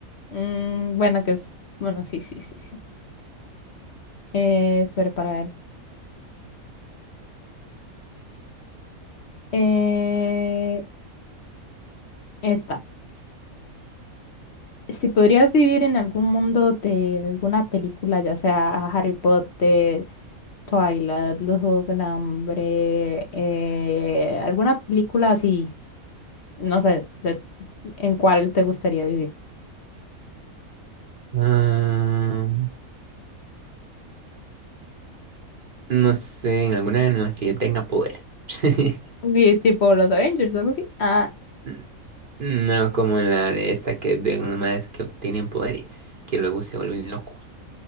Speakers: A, on the left; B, on the right.
A: Mm, bueno, que es. Bueno, sí, sí, sí, sí. Eh, espera para ver. Eh, esta. Si podrías vivir en algún mundo de alguna película, ya sea Harry Potter, Twilight, Los Juegos del Hambre, eh, alguna película así, no sé, de- en cuál te gustaría vivir.
B: Ah, no sé, en alguna en la que yo tenga poder. <laughs>
A: Di- tipo los Avengers o algo así. Ah,
B: N- No como en la de esta que es de unos madres que obtienen poderes, que luego se vuelven locos,